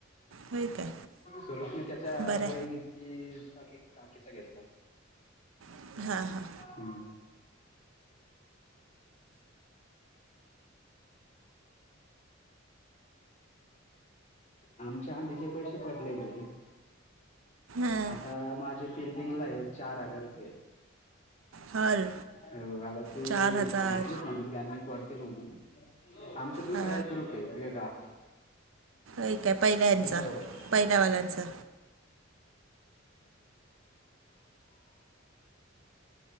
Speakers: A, on the right; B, on the left.
A: होय काय
B: स्वरूपने त्याच्या
A: बरं
B: बहिणी चा कि, काकीचा घेतलायं.
A: आहे हां हां
B: <inaudible> <inaudible> आमच्या आंधीचे पैसे पडलेले.
A: हां
B: आता माझे पेंडिंगला आहेत, चार हजार रुपये.
A: हल
B: हो, आता ते
A: चार हजार
B: सांगितलं त्यांनी, त्यांनी करतील म्हणून. आमचा दुसरा
A: हा
B: एक ग्रुपयं, वेगळा.
A: एक काय पहिल्यांचा
B: तिच्यावर. <inaudible> <inaudible>
A: पहिल्यावाल्यांचा